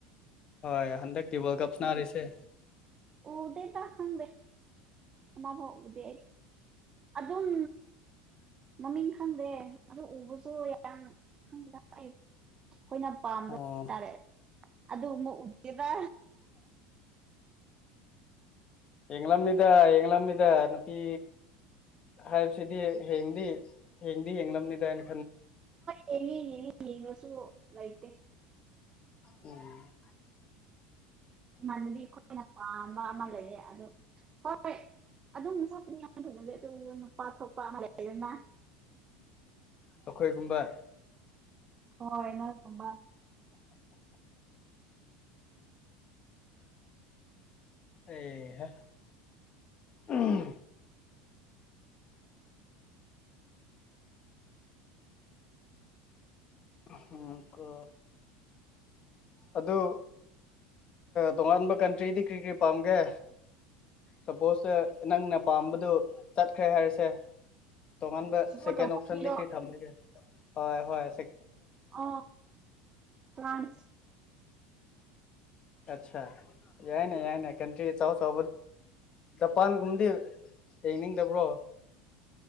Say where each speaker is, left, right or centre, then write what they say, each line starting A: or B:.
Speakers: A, on the left; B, on the right.
A: ꯍꯣꯏ ꯍꯟꯗꯛꯀꯤꯤ ꯋꯥꯔꯜ ꯀꯞ ꯁꯅꯔꯤꯁꯦ
B: ꯑꯣꯗ ꯇ ꯍꯪꯗꯦ ꯑꯕꯗꯤ ꯑꯗꯨꯝ ꯃꯃꯤꯡ ꯈꯪꯗ꯭ꯔꯦ ꯑꯗꯨ ꯎꯕꯁꯨ ꯌꯥꯝ ꯑꯩꯈꯣꯏꯅ ꯄꯥꯝꯝꯕ
A: ꯑꯣ
B: ꯍꯥꯏꯇꯥꯔꯦ ꯑꯗꯨꯕ ꯎꯗꯦꯗ
A: ꯌꯦꯥꯃꯤꯗ ꯌꯦꯃꯤꯗ ꯅꯄꯤ ꯍꯥꯏꯕꯁꯤꯗꯤ ꯍꯡꯗꯤ ꯍꯦꯡꯗꯤ ꯍꯡꯂꯅꯤꯗꯥꯅꯤ
B: ꯍꯣꯏꯅꯤꯅꯤꯕ ꯁ ꯂꯥꯏꯇꯦ
A: ꯎꯝ
B: ꯏꯃꯅꯕꯤ ꯑꯩꯈꯣꯏꯅ ꯄꯥꯝꯕ ꯑꯃ ꯂꯩꯌꯦ ꯑꯗꯨ ꯍꯣꯏꯣꯏ ꯑꯗꯨꯝ ꯆꯄꯗꯤ ꯌꯥꯝ ꯐꯖꯗꯦ ꯑꯗꯨ ꯅꯨꯄꯥ ꯊꯣꯛꯄ ꯃꯂꯅ
A: ꯑꯩꯈꯣꯏꯒꯨꯝꯕ
B: ꯍꯣꯏꯅ ꯊꯝꯕ
A: ꯑꯦꯍ ꯎꯝ ꯍꯀꯣ ꯑꯗꯨ ꯇꯣꯉꯥꯟꯕ ꯀꯟꯇ꯭ꯔꯤꯗꯤ ꯀꯔꯤ ꯀꯔꯤ ꯄꯥꯝꯒꯦ ꯁꯄꯣꯁ ꯅꯪꯅ ꯄꯥꯝꯕꯗꯨ ꯆꯠꯈ꯭ꯔꯦ ꯍꯥꯏꯔꯁꯦ ꯇꯣꯉꯥꯟꯕ
B: ꯁꯞꯄꯣꯔꯠ ꯇꯧꯕ
A: ꯑꯣꯞꯁꯟꯗꯤ
B: ꯃꯤꯔꯣ
A: ꯀꯩ ꯊꯝꯁꯤꯒꯦ ꯍꯣꯌ ꯍꯣꯌ
B: ꯑ ꯐ꯭ꯔꯥꯟꯁ
A: ꯑꯆꯥ ꯌꯥꯏꯅꯦ ꯌꯥꯏ ꯅ ꯀꯇꯔꯤ ꯆꯣ ꯁꯣ ꯖꯄꯥꯟꯒꯨꯝꯗꯤ ꯌꯦꯡꯅꯤꯡꯗꯕ꯭ꯔꯣ